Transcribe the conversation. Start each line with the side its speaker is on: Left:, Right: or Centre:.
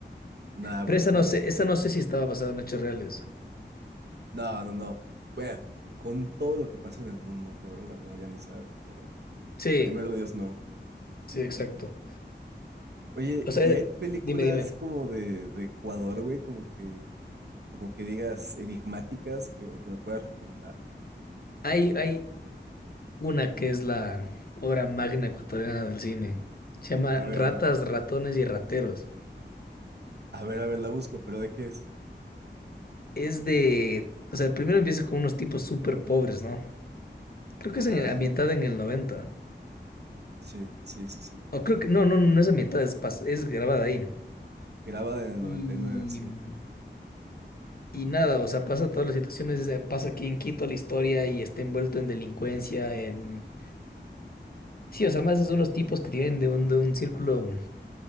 Right: Nada,
Left: Pero
Right: brutal.
Left: esa no sé, esa no sé si estaba basada en hechos reales.
Right: No, no, no. Bueno, con todo lo que pasa en el mundo, cabrón, la verdad ya ni sabes, pero
Left: Sí,
Right: primero Dios no.
Left: sí, exacto.
Right: Oye,
Left: O sea,
Right: ¿y hay películas
Left: dime, dime.
Right: como de, de Ecuador, güey? Como que, como que digas enigmáticas que- o que me puedas recomendar.
Left: Hay, hay una que es la obra magna ecuatoriana del cine. Se llama
Right: A ver,
Left: Ratas,
Right: a ver,
Left: ratones y rateros.
Right: a ver, a ver, la busco, pero ¿de qué es?
Left: Es de... O sea, primero empieza con unos tipos súper pobres, ¿no? Creo
Right: Ajá,
Left: que es en-
Right: ajá.
Left: ambientada en el 90.
Right: Sí, sí, sí, sí.
Left: O creo que... No, no, no es ambientada, es, pas- es grabada ahí.
Right: Grabada en el
Left: Y...
Right: noventa y nueve sí.
Left: Y nada, o sea, pasa todas las situaciones, eh, pasa aquí en Quito la historia y está envuelto en delincuencia, en... Sí, o sea, más es unos tipos que tienen de un, de un círculo, mm,